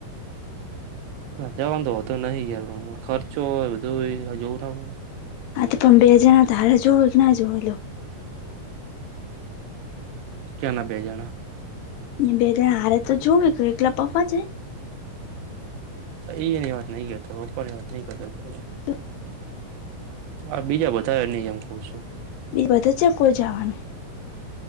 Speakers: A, on the right; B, on the left.
A: જાવાનું તો વાંધો નહી યાર ખર્ચો બધું જોવું ના પે
B: હા તો પણ બે જણા ના હાલા જોઓ ના જો
A: ક્યા ના બે જણા
B: બે જણા હારે તો જોવે એકલા પપ્પા છે.
A: એ એની વાત નઈ કરતો પપ્પા ની વાત નઈ કરતો.
B: તો
A: આ બીજા બધા નહી એમ કર છું.
B: બી વધ ચ કો જવાનું.